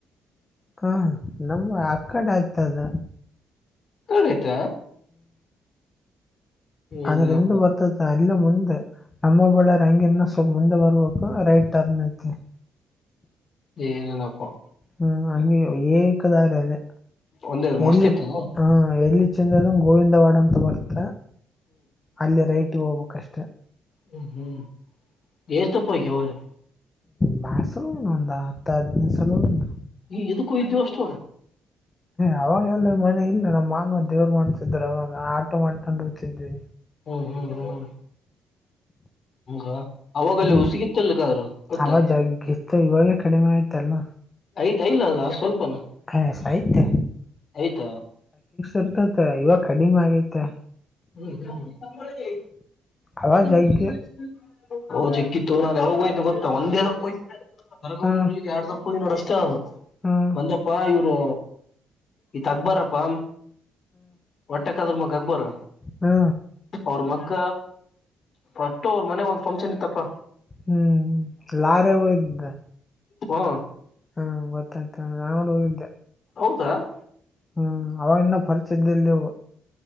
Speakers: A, on the left (about 25°); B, on the left (about 50°).
A: ಹಾ ನಮ್ಮ ಆ ಕಡೆ ಆಯ್ತದ
B: ಆ ಕಡೆ ಆಯ್ತ
A: ಅದರ
B: ಏನಪ್ಪ
A: ಹಿಂದ್ ದ ಬರ್ತದ ಅ ಇನ್ನ ಮುಂದೆ ನಮ್ಮ ಬಳ್ಳಾರಿ ಹಂಗ ಇನ್ ಸ್ವಲ್ಪ ಮುಂದೆ ಬರ್ಬೇಕು ರೈಟ್ ಟರ್ನ್ ಐತಿ <inaudible>
B: ಏ ನನಪ್ಪ
A: ಹ ಹಂಗೆ ಏಕದಾರ ಅದೆ
B: ಒಂದೇ ಮಸ್ತ್
A: ಎಲ್ಲಿ
B: ಇತ್ತ ಹ್ಮ್
A: ಹ ಎಲ್ಲಿ ಚಂದದಂಗ ಗೋವಿಂದವಾಡ ಅಂತ ಬರ್ತ ಅಲ್ಲಿ ರೈಟಗೆ ಹೋಗ್ಬೇಕ್ ಅಷ್ಟೆ.
B: ಹ್ಮ ಹ್ಮ್ ಎಷ್ಟತಪಯಗ ಅವದು
A: ಬಸಲನು ಒಂದು ಹತ್ತು ಹದಿನೈದು ಸಲ ಹೋಗಿನಿ
B: ಹ ಇದು ಕವಿ ಜೋಷ್ಟ
A: ಅವಾಗ ಎಲ್ಲ ಮನೆ ಇಲ್ಲ ನಮ್ಮ್ ಮಾನವ ದೇವರು ಮಾಡ್ತಿದ್ರು ಅವಾಗ ಆಟೋ ಮಾಡ್ಕೊಂಡು ಹೋತಿದ್ವಿ.
B: ಹ್ಮ್ ಹ್ಮ್ ಹ್ಮ್ ಹಂಗ ಹೌದಾ ಅಲ್ಲೇ
A: ಹ್ಮ್
B: ಉಸಿಗಿತ್ತಲ್ಲಕ್ಕಾದ್ರ ಗೊತ್ತಾ
A: ಅವಾಗ ಜಗ್ಗ ಇತ್ತು ಇವಾಗೆ ಕಡಿಮೆ ಆಯ್ತಲ್ಲ
B: ಆಯ್ತಾ ಇಲ್ಲ ಅ ಸ್ವಲ್ಪನು
A: ಹಾ ಸಹಿತ್ಯ
B: ಐತ
A: ಇರ್ತತೆ ಇವಾಗ ಕಡಿಮೆ ಆಗೈತ್ತ
B: ಹ್ಮ ಹಾ
A: ಅವಾಗ
B: <unintelligible>
A: ಜಗ್ಗಿ
B: ಓಕ್ಕಿತ್ತು ನಾನ ಯಾವಾಗ ಹೋಯ್ತು ಗೊತ್ತ ಒಂದೇಏನಪ್ಪಯರಗಲ್ಲಿ
A: ಹ್ಮ್
B: ಎರಡ್ ದಪ್ಪ ಹೋ್ ನೋ ಅಷ್ಟೇ ಅವು
A: ಹ್ಮ್
B: ಒಂದಪ್ಪಾ ಇವ್ರು ಈತ್ ಅಕ್ಬಾರಪ್ಪಾ ಒಟ್ಟೆಕದ್ರ ಮಗ ಹಕ್ಬರ
A: ಹ್ಮ
B: ಅವ್ರ ಮಗ್ಗ ಒಟ್ಟು ಅವ್ರ ಮನೆಗ್ ಒಂದ್ ಫಂಕ್ಷನ್ ಇತ್ತಪ್ಪ
A: ಹ್ಮ್ ಲಾರೆಗ ಹೋಗಿದ್ದೆ
B: ಹಾ
A: ಹಾ ಗೊತ್ತಾಯ್ತ ನಾ ಹೋಗಿದ್ದೆ
B: ಹೌದ
A: ಹ್ಮ್ ಅವಾಗ ಇನ್ನ ಪರಿಚಯ ಇದ್ದಿಲ್ಲೆವು